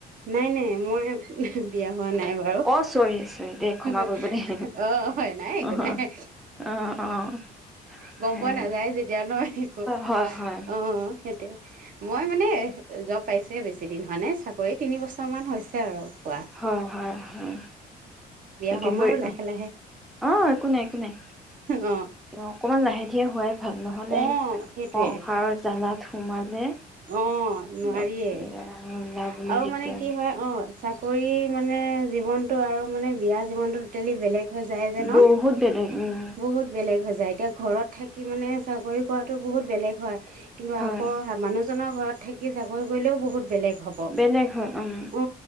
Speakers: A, on the right; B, in the centre.
A: নাই নাই মই বিয়া হোৱা নাই বাৰু
B: অ' চৰি চৰি দেই ক্ষমা
A: হিহিহি‌
B: কৰিব দেই
A: অ হয় নাই একো
B: অঁ
A: নাই
B: অঁ অঁ
A: গম
B: হয়
A: পোৱা নাযায় যেতিয়া নো একো
B: হয় হয়
A: অ সেইটোৱে মই মানে জব পাইছো বেছি দিন হোৱা নাই তিনি বছৰমান হৈছে আৰু পোৱা
B: হয় হয় হয়
A: বিয়া
B: তাকে
A: হ'ম
B: মই
A: আৰু লাহে লাহে
B: অ একো নাই একো নাই
A: অ
B: অকমান লাহে ধীৰে হোৱাই ভাল নহলে
A: অ সেইটোৱে
B: সংসাৰৰ জ্বালা সোমালে
A: অ নোৱাৰিয়ে
B: বাপৰে আৰু ওলাবলৈ
A: আও
B: দিগদাৰ
A: মানে কি হয় অ চাকৰি মানে জীৱনটো আৰু মানে বিয়া জীৱনটো টোটেলি বেলেগ সজায় যে ন
B: বহুত বেলেগ উম
A: বহুত বেলেগ সজায় এতিয়া ঘৰত থাকি মানে চাকৰি কৰাটো বহুত বেলেগ হয় কিন্তু
B: হয়
A: আকৌ মানুহ জনৰ ঘৰত থাকি চাকৰি কৰিলেও বহুত বেলেগ হ'ব
B: বেলেগ হয় উম
A: অ